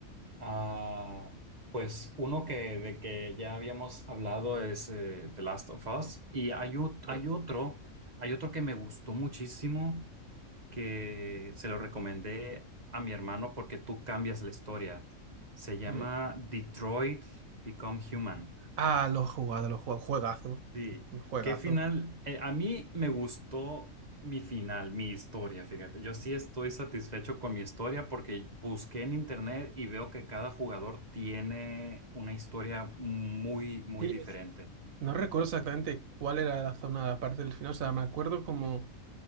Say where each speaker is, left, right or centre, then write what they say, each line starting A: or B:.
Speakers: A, on the right; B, on the right.
A: Ah, pues uno que de que ya habíamos hablado es eh, The Last of Us y hay, o- hay
B: Mm.
A: otro, hay otro que me gustó muchísimo que se lo recomendé a mi hermano porque tú cambias la historia. Se llama
B: ¿Mm?
A: Detroit Become Human.
B: Ah, lo he jugado, lo he jugado, juegazo,
A: Sí,
B: juegazo.
A: qué final. eh, a mí me gustó mi final, mi historia, fíjate. Yo sí estoy satisfecho con mi historia porque busqué en internet y veo que cada jugador tiene una historia muy, muy
B: Sí,
A: diferente.
B: es- No recuerdo exactamente cuál era la zona, la parte del final, o sea, me acuerdo como...